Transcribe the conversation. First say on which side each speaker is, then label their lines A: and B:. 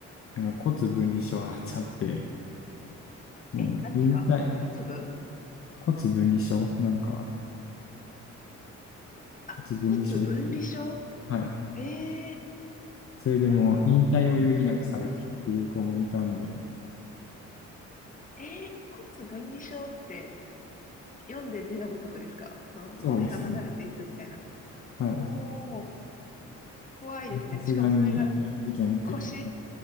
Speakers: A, on the left; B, on the left.
A: なんか骨分離症になっちゃって、もう引退、
B: え、何ですか骨部
A: 骨分離症なんか骨分離症っていう。
B: あ、骨分離症
A: はい。
B: ええー
A: それでもう引退を余儀なくされたっていう子もいたんで、
B: なんか、すごい。えー、骨分離症って読んで字のごとくですかその骨が離れていくみたいな。
A: そうですね。はい。
B: おー、怖いですね。
A: さすがにやってけんって
B: しかもそれが腰